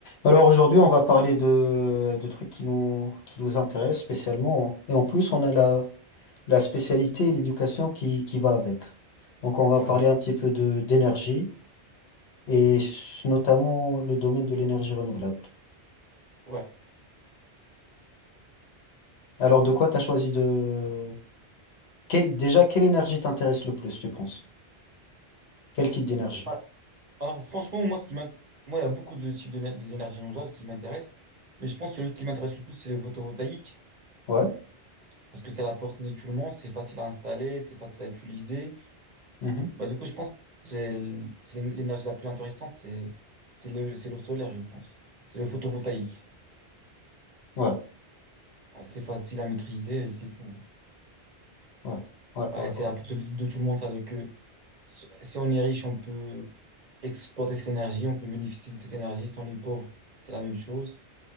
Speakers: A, on the left; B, on the right.
A: Alors aujourd'hui, on va parler de, de trucs qui nous, qui nous intéressent spécialement. Et en plus, on a la, la spécialité et l'éducation qui, qui va avec. Donc on va
B: Ouais,
A: parler un petit peu de, d'énergie et s- notamment le domaine de l'énergie renouvelable.
B: ouais.
A: Alors de quoi t'as choisi de... que- déjà, quelle énergie t'intéresse le plus, tu penses? Quel type d'énergie?
B: Ah, Alors, franchement, moi, ce qui m'int- moi, il y a beaucoup de types d'éner- des énergies renouvelables qui m'intéressent, mais je pense que celui qui m'intéresse le plus, c'est le photovoltaïque,
A: Ouais.
B: parce que c'est à la portée de tout le monde, c'est facile à installer, c'est facile à utiliser.
A: mhm,
B: Bah, du coup, je pense que c'est l- c'est l'é- l'énergie la plus intéressante, c'est c'est le, c'est l'eau solaire, je pense. C'est le photovoltaïque.
A: Ouais.
B: Ouais, c'est facile à maîtriser et c'est tout.
A: Ouais. Ouais.
B: Ouais,
A: Ouais.
B: c'est
A: Ouais.
B: à la portée de, de tout le monde, ça, de que s- si on est riche, on peut exploiter cette énergie, on peut bénéficier de cette énergie. Si on est pauvre, c'est la même chose.